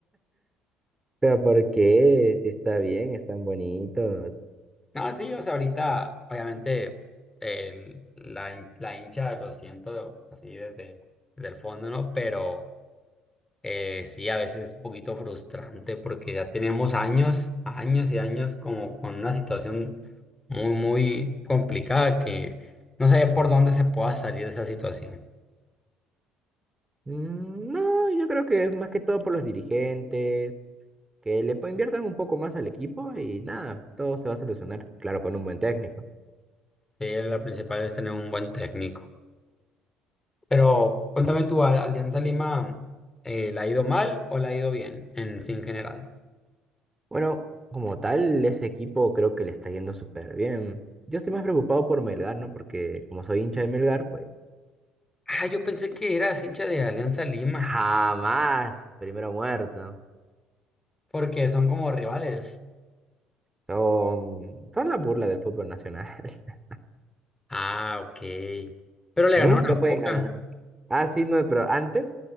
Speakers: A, on the right; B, on the left.
A: ¿Pero por qué? Si está bien, están bonitos.
B: No, sí, o sea, ahorita, obviamente, el, la, hin- la hincha lo siento así desde, desde el fondo, ¿no? Pero... Eh, sí, a veces es un poquito frustrante porque ya tenemos años, años y años como con una situación muy, muy complicada que no sé por dónde se pueda salir de esa situación.
A: Mm, No, yo creo que es más que todo por los dirigentes, que le po- inviertan un poco más al equipo y nada, todo se va a solucionar. Claro, con un buen técnico.
B: Sí, la principal es tener un buen técnico. Pero cuéntame tú, ¿a Alianza Lima eh, la ha ido mal o la ha ido bien en, sí, en general?
A: Bueno, como tal, ese equipo creo que le está yendo súper bien. Yo estoy más preocupado por Melgar, ¿no? Porque como soy hincha de Melgar, pues
B: Ah, yo pensé que eras hincha de Alianza Lima
A: Jamás. Primero muerto.
B: porque son como rivales.
A: Son, son la burla del fútbol nacional. <laughs>
B: Ah, ok. Pero le
A: Nunca
B: ganaron a Boca.
A: pueden ganar. Ah, sí, no, pero antes,